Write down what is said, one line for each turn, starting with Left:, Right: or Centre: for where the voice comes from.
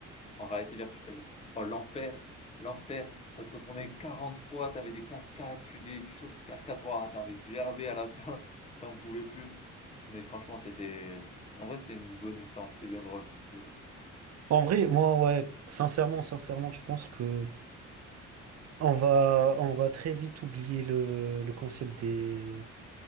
Left: en réalité virtuelle. Oh, l'enfer! L'enfer! Ça se retournait 40 fois, t'avais des cascades, tu, des, tu sautais de cascades, oh, t'as envie de gerber à la fin, <laughs> t'en pouvais plus. Mais franchement, c'était, en vrai, c'était une bonne expérience, c'était bien drôle. Mais bon.
Right: En vrai, moi, ouais, sincèrement, sincèrement, je pense que On va, on va très vite oublier le, le concept des,